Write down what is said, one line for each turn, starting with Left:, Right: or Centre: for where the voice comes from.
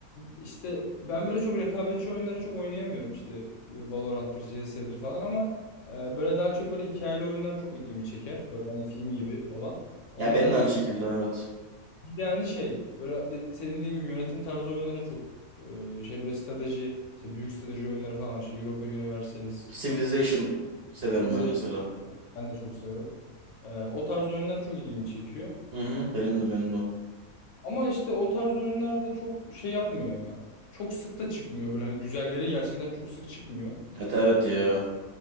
Left: işte ben böyle çok rekabetçi oyunları çok oynayamıyorum işte e, Valorant'tır, CS'dir falan ama e, böyle daha çok böyle hikayeli oyunlar çok ilgimi çeker. Böyle hani film gibi olan. Onları
Right: Ya benim de aynı şekilde evet.
Left: Bir de hani şey böyle de- senin dediğin gibi yönetim tarzı oyunlara çok e, şey böyle strateji işte büyük strateji oyunları falan var. İşte Europa Universalis
Right: Civilization
Left: işte
Right: severim
Left: Civilization
Right: ben mesela.
Left: ben de çok severim. E, o tarz oyunlar çok ilgimi çekiyor.
Right: Hı hı. Benim de benim de.
Left: Ama işte o tarz oyunlar da çok şey yapmıyor ya. Çok sık da çıkmıyor böyle hani güzelleri gerçekten çok sık çıkmıyor.
Right: Evet evet ya.